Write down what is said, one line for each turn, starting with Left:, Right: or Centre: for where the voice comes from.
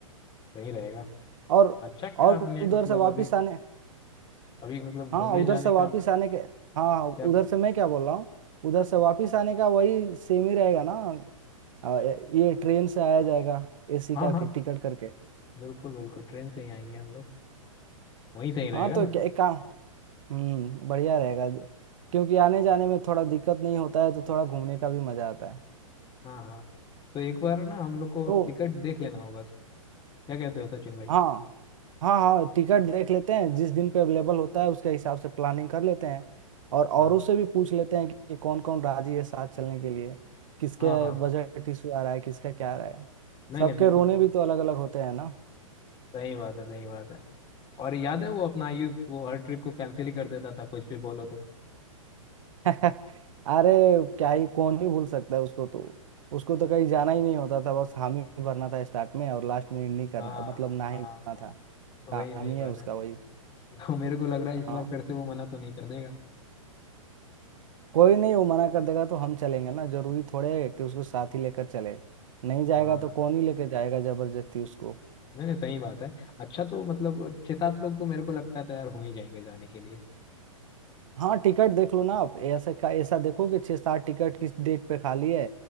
Left: सही रहेगा
Right: और
Left: अच्छा क्या
Right: और
Left: आपने
Right: उधर
Left: मतलब
Right: से वापिस
Left: अभी
Right: आने
Left: अभी मतलब
Right: हाँ
Left: घूमने
Right: उधर
Left: जाने
Right: से वापस
Left: का
Right: आने के हाँ उधर
Left: क्या
Right: से मैं क्या बोल रहा हूँ उधर से वापस आने का वही सेम ही रहेगा ना आ, ए- ये ट्रेन से आया जाएगा एसी
Left: हाँ
Right: का
Left: हाँ
Right: टिकट करके
Left: बिल्कुल बिल्कुल ट्रेन से ही आएंगे हम लोग वहीं से ही रहेगा
Right: हाँ तो
Left: ना
Right: क्या- एक काम हम्म बढ़िया रहेगा क्योंकि आने जाने में थोड़ा दिक्कत नहीं होता है तो थोड़ा घूमने का भी मजा आता है
Left: हाँ हाँ तो एक बार ना हम लोग को
Right: तो
Left: टिकट देख लेना होगा क्या कहते हो सचिन भाई
Right: हाँ हाँ हाँ टिकट देख लेते हैं जिस दिन पे अवेलेबल होता है उसके हिसाब से प्लानिंग कर लेते हैं और
Left: हाँ
Right: औरों से भी पूछ लेते हैं कि कौन कौन राजी है साथ चलने के लिए किसके
Left: हाँ हाँ
Right: बजट इशू आ रहा है किसका क्या आ रहा है
Left: नहीं
Right: सबके
Left: नहीं बिल्कुल
Right: रोने भी तो अलग अलग होते हैं ना
Left: सही बात है सही बात है और याद है वो अपना आयुब वो हर ट्रिप को कैंसिल ही कर देता था कुछ भी बोलो तो
Right: <laughs> अरे क्या ही कौन ही भूल सकता है उसको तो उसको तो कहीं जाना ही नहीं होता था बस हामी ही भरना था स्टार्ट में और लास्ट में नहीं करना
Left: हाँ
Right: मतलब ना
Left: हाँ
Right: ही भरना
Left: हाँ
Right: था
Left: वही
Right: काम
Left: वही
Right: ही
Left: बात
Right: है उसका
Left: है <laughs>
Right: वही
Left: तो मेरे को लग रहा है इस
Right: हाँ।
Left: बार फिर से वो मना तो नहीं कर देगा
Right: कोई नहीं वो मना कर देगा तो हम चलेंगे ना जरूरी थोड़े है कि उसको साथ ही लेकर चले नहीं जाएगा
Left: हाँ
Right: तो कौन ही लेकर जाएगा जबरदस्ती उसको
Left: नहीं नहीं सही बात है अच्छा तो मतलब छह सात लोग तो मेरे को लगता है तैयार हो ही जाएंगे जाने के लिए
Right: हाँ टिकट देख लो ना आप ऐसा का ऐसा देखो कि छः सात टिकट किस डेट पे खाली है